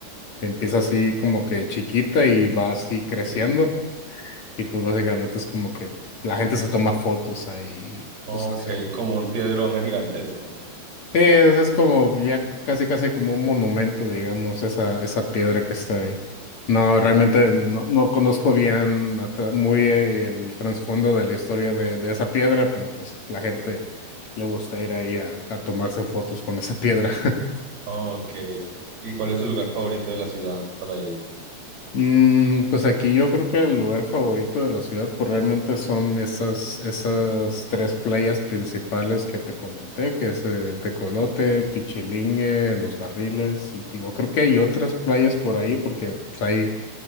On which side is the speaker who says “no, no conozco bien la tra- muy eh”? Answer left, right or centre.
Left